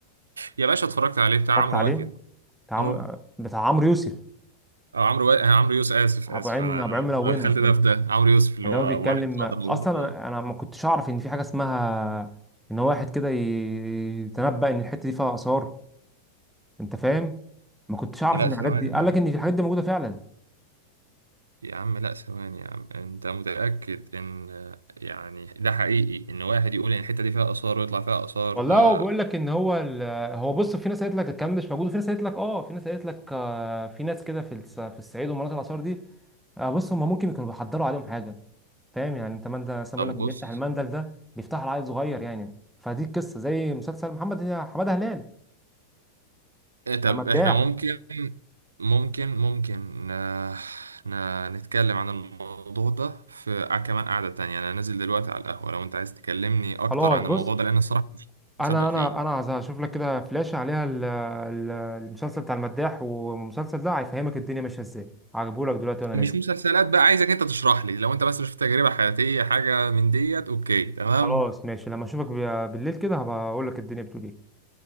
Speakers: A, on the right; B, in the centre.
A: يا باشا اتفرجت عليه بتاع
B: اتفرجت
A: عمرو
B: عليه
A: واكد
B: بتاع
A: اه
B: عمرو بتاع عمرو يوسف
A: اه عمرو و... عمرو يوسف اسف
B: ابو
A: اسف
B: عين
A: انا
B: ابو عين ملونه
A: دخلت ده في ده عمرو يوسف اللي
B: اللي
A: هو
B: هو بيتكلم
A: وانا فاضي
B: اصلا
A: موجود.
B: انا أنا ما كنتش اعرف ان في حاجه اسمها ان هو واحد كده ي- يتنبأ ان الحته دي فيها اثار انت فاهم ما كنتش اعرف
A: لا
B: ان
A: ثواني
B: الحاجات دي قال
A: يا
B: لك
A: عم
B: ان في الحاجات دي موجوده فعلا
A: يا عم لا ثواني يا عم انت متأكد ان يعني ده حقيقي ان واحد يقول ان الحتة دي فيها آثار ويطلع فيها آثار
B: والله
A: ده
B: هو بيقول لك ان هو ال... هو بص في ناس قالت لك الكلام ده مش موجود وفي ناس قالت لك اه في ناس قالت لك آه في ناس كده في الس... في الصعيد ومناطق الاثار دي آه بص هم ممكن يكونوا بيحضروا عليهم حاجه فاهم يعني انت ما انت مثلا
A: طب
B: بيقول لك اللي
A: بص
B: بيفتح المندل ده بيفتح عيل صغير يعني فدي القصه زي مسلسل محمد حماده هلال
A: إيه طب
B: المداح
A: احنا ممكن ممكن ممكن آه، ن- نتكلم عن الموضوع ده في ع- كمان قعدة تانية انا نازل دلوقتي على القهوة لو انت عايز تكلمني اكتر
B: خلاص
A: عن
B: بص
A: الموضوع ده لان الصراحة مش
B: انا
A: مصدق فيه
B: انا انا عايز اشوف لك كده فلاش عليها ال- ال- المسلسل بتاع المداح والمسلسل ده هيفهمك الدنيا ماشيه ازاي هجيبهولك دلوقتي وانا
A: مش
B: نازل
A: مسلسلات بقى عايزك انت تشرح لي لو انت بس شفت تجربة حياتية حاجة من ديت اوكي تمام
B: خلاص ماشي لما اشوفك ب- بالليل كده هبقى اقول لك الدنيا بتقول ايه